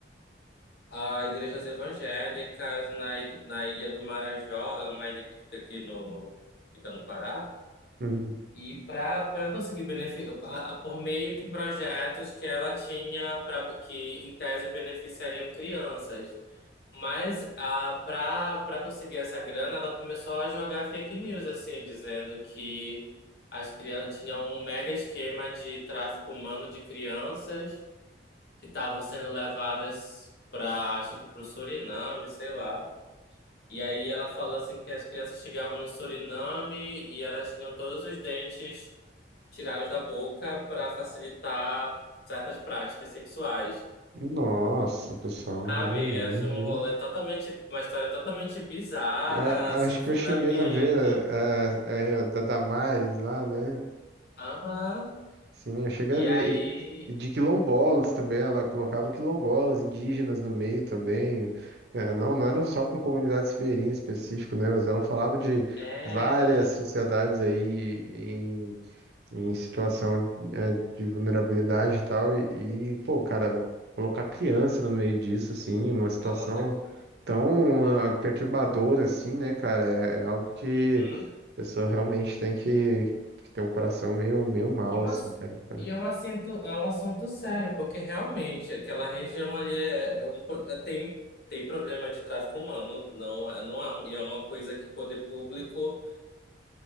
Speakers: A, on the left (about 60°); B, on the right (about 65°).
A: a igrejas evangélicas na, ig- na Ilha do Marajó, é uma ilha que fica aqui no, no- fica no Pará.
B: uhum.
A: E para para conseguir benefício por meio de projetos que ela tinha para que em tese beneficiariam crianças. Mas a, pra, pra conseguir essa grana, ela começou a jogar fake news, assim, dizendo que as crianças tinham um mega esquema de tráfico humano de crianças que estavam sendo levadas para, acho que para o Suriname, sei lá. E aí ela falou assim que as crianças chegavam no Suriname e elas tinham todos os dentes tirados da boca para facilitar certas práticas sexuais.
B: Nossa, pessoal,
A: Sabe,
B: vai longe,
A: ia ser um
B: hein?
A: rolê totalmente, uma história totalmente bizarra,
B: A-
A: sem
B: acho
A: fundamento.
B: que eu cheguei a ver é, é, da Damares lá, né?
A: Aham.
B: Sim, eu cheguei
A: E
B: a ver.
A: aí,
B: E, e de quilombolas também, ela colocava quilombolas, indígenas no meio também. É, não, não eram só com comunidades ribeirinhas específico, né? Mas ela falava de
A: era.
B: várias sociedades aí em situação é, de vulnerabilidade e tal, e, e, pô, cara, colocar criança no meio disso, assim, uma situação
A: Coloca aqui.
B: tão ah, perturbadora, assim, né, cara, é, é algo que
A: Uhum.
B: a pessoa realmente tem que, que ter um coração meio, meio mal,
A: E, um
B: assim,
A: ass-
B: cara. pra-
A: e é um assunto, é um assunto sério, porque realmente aquela região ali é, é um pro- é- tem, tem problema de tráfico humano, não, é- não é, e é uma coisa que o poder público.